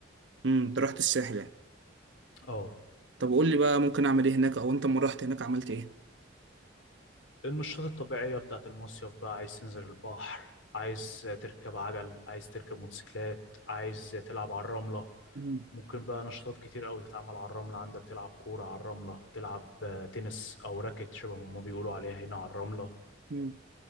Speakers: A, on the right (about 65°); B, on the left (about 80°).
A: امم انت رحت الساحل يعني
B: اه
A: طب قول لي بقى ممكن اعمل ايه هناك او انت لما رحت هناك عملت ايه
B: النشاطات الطبيعية بتاعت المصيف بقى عايز تنزل البحر عايز تركب عجل عايز تركب موتوسيكلات عايز تلعب على الرملة
A: مم.
B: ممكن بقى نشاطات كتير أوي تتعمل على الرملة عندك تلعب كورة على الرملة تلعب آه، تنس أو راكت شبه ما هما بيقولوا عليها هنا على الرملة
A: مم.